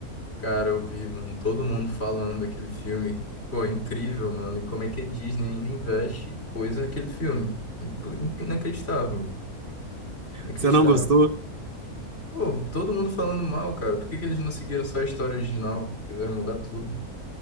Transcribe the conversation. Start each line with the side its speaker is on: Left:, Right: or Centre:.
Left: Cara, eu vi, mano, todo mundo falando daquele filme. Pô, é incrível, mano. E como é que a Disney ainda investe coisa naquele filme? Inc- inc- Inacreditável, mano. Inacreditável.
Right: Você não gostou?
Left: Pô, todo mundo falando mal, cara. Por que que eles não seguiram só a história original? Quiseram mudar tudo.